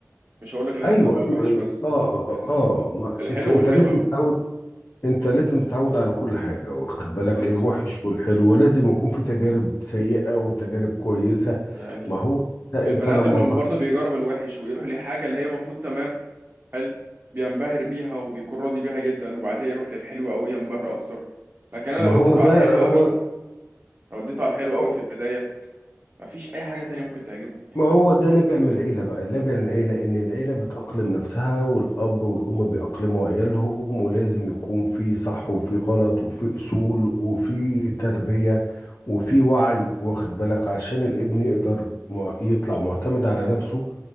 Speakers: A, on the right; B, on the left.
A: مش هقول لك ان احنا
B: ايوه
A: ندوقها
B: ايوه
A: الوحش
B: ايوه
A: بس
B: اه اه,
A: يعني
B: آه. آه. ما
A: الحلو
B: انت انت
A: والحلو
B: لازم تعود انت لازم تتعود على كل حاجة واخد
A: بالظبط
B: بالك الوحش والحلو لازم يكون في تجارب سيئة وتجارب كويسة
A: يعني
B: ما هو انت,
A: البني
B: انت لما
A: ادم لما
B: مريت
A: برضه بيجرب الوحش ويروح لحاجه اللي هي المفروض تمام حلو بينبهر بيها وبيكون راضي بيها جدا وبعديها يروح للحلو قوي ينبهر اكتر لكن انا
B: ما
A: لو وديته
B: هو ده
A: على الحلو
B: هو
A: قوي لو وديته على الحلو
B: هو
A: قوي في البدايه مفيش اي حاجه تانية ممكن تعجبه يعني
B: ما هو ده نابع من العيلة بقى نابع من العيلة إن العيلة بتأقلم نفسها والأب والأم بيأقلموا عيالهم ولازم يكون في صح وفي غلط وفي أصول وفي تربية وفي وعي واخد بالك عشان الابن يقدر مع- يطلع معتمد على نفسه